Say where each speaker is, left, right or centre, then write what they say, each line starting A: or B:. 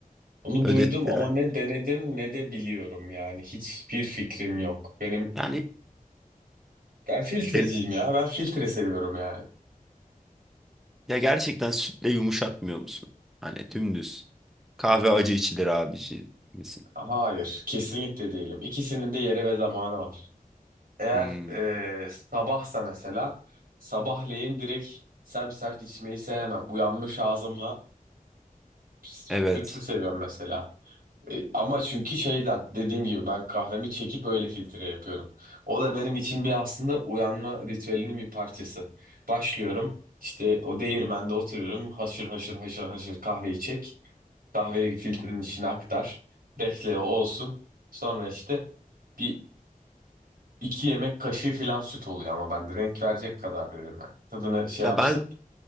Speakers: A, on the right; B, in the centre.
A: Onu
B: Ödettiler.
A: duydum ama ne denedim ne de biliyorum yani. Hiçbir fikrim yok. Benim
B: Yani
A: ben filtreciyim
B: de-
A: ya. Ben filtre seviyorum yani.
B: ya gerçekten sütle yumuşatmıyor musun? Hani dümdüz. Kahve acı içilir abici misin?
A: Hayır, kesinlikle değilim. İkisinin de yeri ve zamanı var. Eğer
B: Hmm,
A: eee, sabahsa mesela sabahleyin direkt semsert içmeyi sevmem. Uyanmış ağzımla sütlü
B: evet.
A: seviyorum mesela. E, Ama çünkü şeyden dediğim gibi ben kahvemi çekip öyle filtre yapıyorum. O da benim için bir aslında uyanma ritüelinin bir parçası. Başlıyorum işte o değirmende oturuyorum haşır haşır haşır haşır kahveyi çek. Kahveyi filtrenin içine aktar. Bekle o olsun. Sonra işte bir iki yemek kaşığı falan süt oluyor ama ben de renk verecek kadar veriyorum. Yani tadını şey
B: Ya
A: yapsın
B: ben